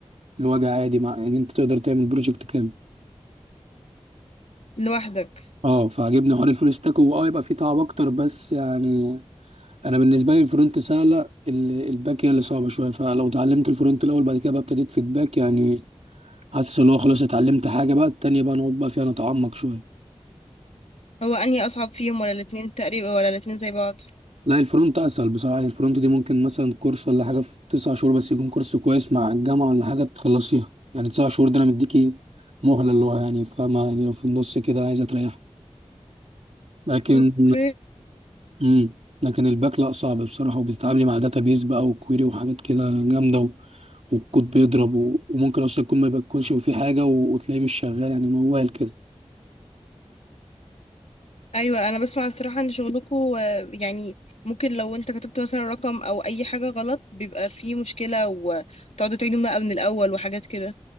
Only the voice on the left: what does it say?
لوحدك
هو انهي اصعب فيهم ولا الاتنين تقريبا ولا الاتنين زي بعض
اوكي
ايوه انا بسمع الصراحه ان شغلكم يعني ممكن لو انت كتبت مثلا رقم او اي حاجه غلط بيبقى فيه مشكله وتقعدوا تعيدوا بقى من الاول وحاجات كده